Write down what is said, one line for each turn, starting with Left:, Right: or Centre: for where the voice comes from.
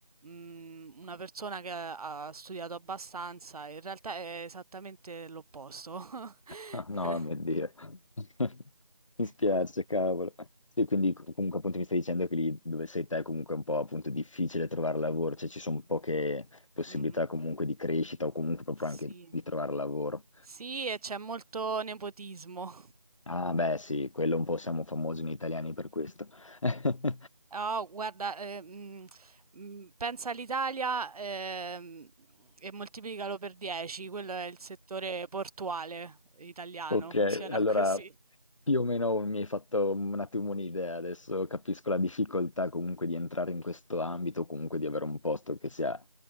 Right: mm, una persona che ha ha studiato abbastanza, in realtà è esattamente l'opposto. <laughs>
Left: Ah, No, mio Dio. <laughs> Mi spiace,
Right: Cu-
Left: cavolo. Sì, quindi com- comunque appunto mi stai dicendo che lì dove sei te è comunque un po' appunto difficile trovare lavoro, cioè ci sono poche possibilità
Right: Mhm.
Left: comunque di crescita o comunque proprio
Right: Sì.
Left: anche di trovare lavoro.
Right: Sì, e c'è molto nepotismo.
Left: Ah, beh, sì, quello un po' siamo famosi noi italiani per questo. <laughs>
Right: Oh, guarda, eh, mm, mm, pensa all'Italia ehm, e moltiplicalo per 10, quello è il settore portuale italiano,
Left: Ok,
Right: funziona
Left: allora
Right: così.
Left: più o meno mi hai fatto un attimo un'idea, adesso capisco la difficoltà comunque di entrare in questo ambito, comunque di avere un posto che sia,